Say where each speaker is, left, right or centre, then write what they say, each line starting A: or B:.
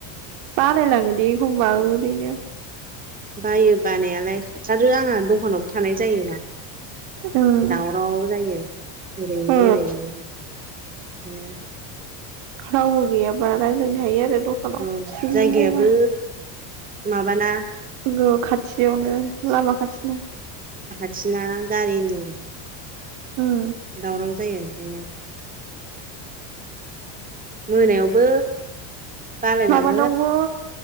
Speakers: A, on the right; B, on the right.
A: बालायलांयो दे एखमबाबो ओरैनो।
B: बायो बानायालाय आरो आंहा द'खानावबो थानाय जायोना।
A: ओं
B: दावराव जायो ओरैनि
A: ओ
B: ओरैनि। ओंखायनो
A: रावबो गैयाबा राय लायनो हायो आरो द'खानाव
B: औ
A: सिरि
B: जायगायाबो
A: जाबा।
B: माबाना
A: नंगौ खाथियावनो लामा खाथिना।
B: थिना गारिनि
A: उम
B: दावराव जायो। ओंखायनो मोनायावबो बालायलाङो
A: माबानावबो